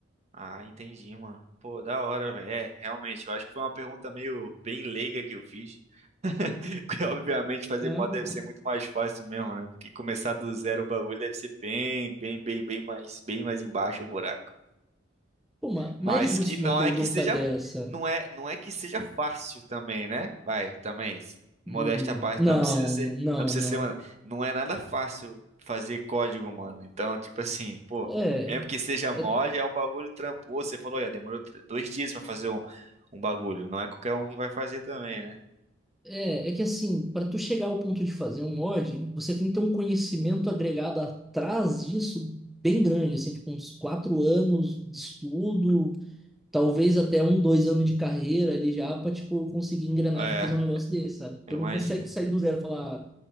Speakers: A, on the right (about 35°); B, in the centre.
A: Ah, entendi, mano. Pô, da hora, velho. É, realmente, eu acho que foi uma pergunta meio bem leiga que eu fiz. <laughs> Porque, obviamente, fazer
B: Ah,
A: mod deve
B: pô,
A: ser muito mais fácil mesmo, né? Porque começar do zero o bagulho deve ser bem, bem, bem, bem mais, bem mais embaixo o buraco.
B: Pô, ma-
A: Mas
B: mais justo
A: que não
B: uma pergunta
A: é que seja,
B: dessa.
A: não é, não é que seja fácil também, né? Vai, também, s- modéstia
B: Hum,
A: à parte,
B: não,
A: não precisa ser,
B: não,
A: não precisa
B: não.
A: ser, mano, não é nada fácil fazer código, mano. Então, tipo assim, pô,
B: É.
A: mesmo que seja mod,
B: é
A: é um bagulho tramposo. Você falou, olha, demorou tr- dois dias pra fazer um, um bagulho. Não é qualquer um que vai fazer também, né?
B: É, é que assim, para tu chegar ao ponto de fazer um mod, você tem que ter um conhecimento agregado atrás disso bem grande, assim, tipo uns quatro anos de estudo, talvez até um, dois anos de carreira ali já para tipo conseguir engrenar
A: É,
B: e fazer um negócio desse, sabe?
A: eu
B: Tu
A: imagino.
B: não consegue sair do zero e falar,